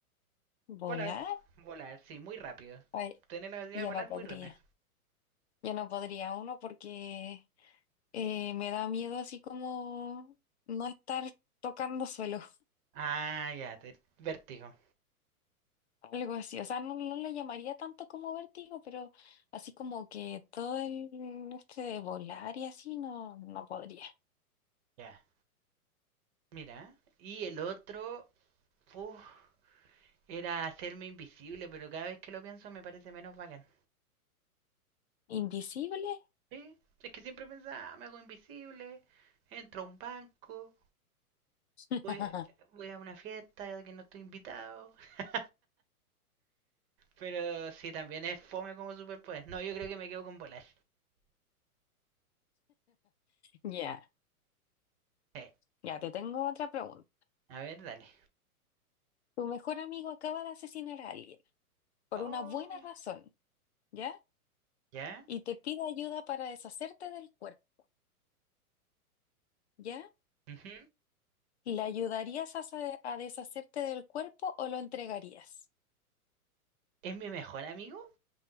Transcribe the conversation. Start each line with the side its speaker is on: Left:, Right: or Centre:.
Left: ¿volar?
Right: Volar. Volar, sí, muy rápido.
Left: Ay,
Right: Tener la habilidad
Left: yo
Right: de volar
Left: no podría.
Right: muy rápido.
Left: Yo no podría uno porque eh, me da miedo así como no estar tocando suelo,
Right: Ah, ya, te- vértigo.
Left: <laughs> algo así. O sea, no, no le llamaría tanto como vértigo, pero así como que todo el este de volar y así no, no podría.
Right: Ya. Mira. Y el otro, uf, era hacerme invisible, pero cada vez que lo pienso me parece menos bacán.
Left: ¿Invisible?
Right: Sí, es que siempre pensaba, "Ah, me hago invisible, entro a un banco,
Left: <laughs>
Right: voy, voy a una fiesta a la que no estoy invitado. <laughs> Pero sí, también es fome como superpoder. No, yo creo que me quedo con volar.
Left: Ya,
Right: Sí.
Left: ya, te tengo otra pregunta.
Right: A ver, dale.
Left: Tu mejor amigo acaba de asesinar a alguien. por
Right: Oh,
Left: una buena razón, ¿ya?
Right: ¿Ya?
Left: Y te pide ayuda para deshacerte del cuerpo, ¿ya?
Right: Ujú.
Left: ¿Le ayudarías a, sa- a deshacerte del cuerpo o lo entregarías?
Right: ¿Es mi mejor amigo?